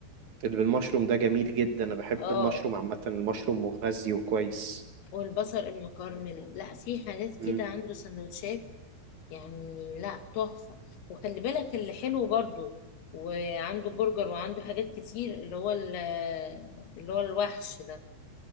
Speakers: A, on the right; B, on the left.
A: اللي بالمشروم ده جميل جدا انا بحب
B: اه
A: المشروم عامة المشروم مغذي وكويس
B: والبصل المكرمل لا في حاجات
A: امم
B: كده عنده سندوتشات يعني لا تحفة وخلي بالك اللي حلو برضو وعنده برجر وعنده حاجات كتير اللي هو ال- اللي هو الوحش ده